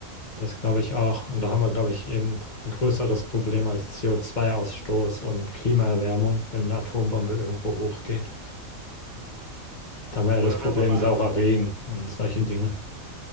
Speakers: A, on the left; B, on the right.
A: das glaube ich auch. Und da haben wir, glaube ich, eben ein größeres Problem als CO2-Ausstoß und Klimaerwärmung, wenn eine Atombombe irgendwo hochgeht. Da haben wir
B: Oder
A: ja das Problem
B: wenn man mal,
A: saurer Regen und solche Dinge.